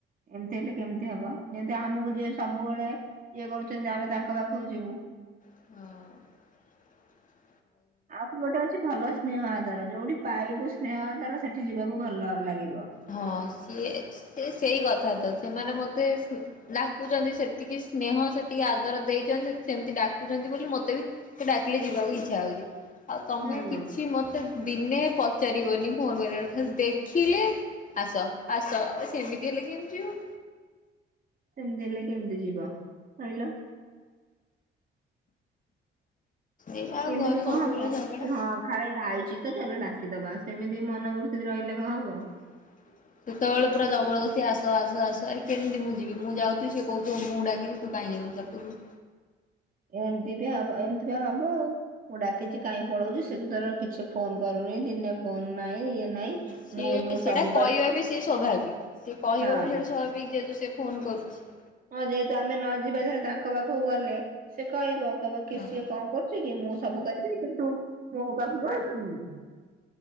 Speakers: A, on the right (about 45°); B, on the left (about 40°).
A: ଏମିତି ହେଲେ କେମିତି ହବ ଯେମିତି ଆମୁକୁ ଯିଏ ସବୁବୋଳେ ଇଏ କରୁଚନ୍ତି ଆମେ ତାଙ୍କ ପାଖୁକୁ ଯିବୁ।
B: ହଁ।
A: ଆଉ ବି ଗୋଟେ ଅଛି ଭଲ ସ୍ନେହ ଆଦାର ଯୋଉଠି ପାଇବୁ ସ୍ନେହ ଆଦର ସେଠି ଯିବାକୁ ଭଲ ଲାଗିବ।
B: ହଁ ସିଏ ସେ ସେଇ କଥା ତ ସେମାନେ ମତେ ଡାକୁଚନ୍ତି ସେତିକି ସ୍ନେହ ସେତିକି ଆଦର ଦେଇଚନ୍ତି <unintelligible> ସେମିତି ଡାକୁଚନ୍ତି ବୋଲି ମତେ ବି ସିଏ ଡାକିଲେ ଯିବାକୁ ଇଚ୍ଛା ହୋଉଚି। ଆଉ ତମେ
A: ହୁଁ।
B: କିଛି ମତେ ଦିନେ ପଚାରିବନି ଫୋନ୍ <unintelligible> ଖାଲି ଦେଖିଲେ ଆସ ଆସ ଆରେ ସେମିତି ହେଲେ କେମିତିି ଯିବ।
A: ସେମତି ହେଲେ କେମତି ଯିବ କହିଲ?
B: ଏଇ ଆଉ
A: ଏମିତି
B: ଘରେ
A: କଣ
B: ସବୁବେଳେ
A: ହବ
B: ଝଗଡା।
A: କି ହଁ କାଳେ ଆଇଛି ତ ଚାଲ ଡାକିଦବା ସେମିତି ମନବୃର୍ତ୍ତି ରହିଲେ କଣ ହବ।
B: <inaudible> ସେତେବେଳେ ପୁରା ଜବରଦସ୍ତି ଆସ ଆସ ଆସ ଆରେ କେମତି ମୁଁ ଯିବି ମୁଁ ଯାଉଥିବି ସେ କହୁଥିବ ମୁଁ ଡାକିନି ତୁ କାହିଁ ଯାଉଛୁ। <inaudible>
A: ଏମିତିକା ହବ ଏମିତିକା ହବ ଆଉ। ମୁଁ ଡାକିଛି କାହିଁ ପଳଉଛି ସେତାର କିଛି ଫୋନ କରୁନି ଦିନେ। ଫୋନ୍ ନାଇଁ ଇଏ ନାଇଁ
B: ସିଏ
A: ମୁଁ ମୁଁ
B: ସେଇଟା
A: ସବୁ
B: କହିବା
A: କରିବି।
B: ବି ସିଏ ସ୍ୱାଭାବିକ ସେ କହିବ
A: ହଁ
B: ବି ସେଇଟା ସ୍ୱଭାବିକ୍ ଯେହେତୁ ସେ ଫୋନ୍ କରୁଛି।
A: ହଁ ଯେହେତୁ ଆମେ ନ ଯିବା ଧର ତାଙ୍କ ପାଖକୁ ଗଲେ ସେ କହିବ କହିବ କି
B: ହଁ।
A: ସିଏ କଣ କରୁ କରୁଛି କି ମୁଁ ସବୁ କରିବି କିନ୍ତୁ ମୋ ପାଖକୁ ଆସୁନି।